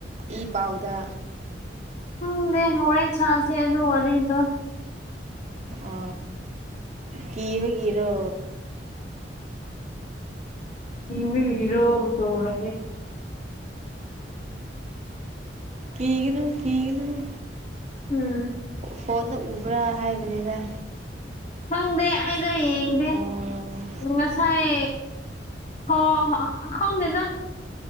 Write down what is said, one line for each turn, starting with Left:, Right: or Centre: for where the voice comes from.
Right: ꯏ ꯄꯥꯎꯗ
Left: ꯎ ꯗꯦ ꯍꯔꯦ ꯆꯥꯁꯦ ꯑ ꯑꯗꯨ ꯋꯥꯔꯤꯔꯤꯗꯨ
Right: ꯑ ꯀꯕꯒꯤꯔꯣ
Left: ꯀꯃꯤꯔꯣ ꯇꯔ
Right: ꯀꯒꯅꯣ ꯀꯒꯅꯣ
Left: ꯎꯝ
Right: ꯐꯣꯟꯅ ꯎꯕ꯭ꯔꯥ ꯍꯥꯏꯕꯅꯤꯅ
Left: ꯈꯪꯗꯦ ꯑꯩꯗꯣ ꯌꯦꯡꯗꯦ
Right: ꯎꯝ
Left: ꯉꯁꯥꯏ ꯍ ꯈꯪꯗꯦꯗ